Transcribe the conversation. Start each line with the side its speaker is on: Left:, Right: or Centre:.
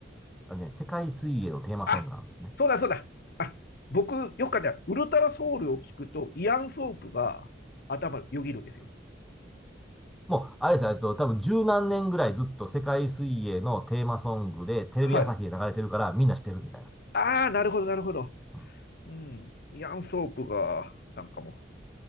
Centre: あのね、世界水泳のテーマソングなんですね。
Left: あ、そうだそうだ。あ、僕、よくあるウルトラソウルを聞くと、イアン・ソープが頭よぎるんですよ。
Centre: もう、あれですよ、えっと、多分十何年ぐらいずっと世界水泳のテーマソングで、テレビ朝日で流れてるから、
Left: はい。
Centre: みんな知ってるみたいな。
Left: ああ、なるほど、なるほど。
Centre: うん
Left: うん。イアン・ソープが、なんかも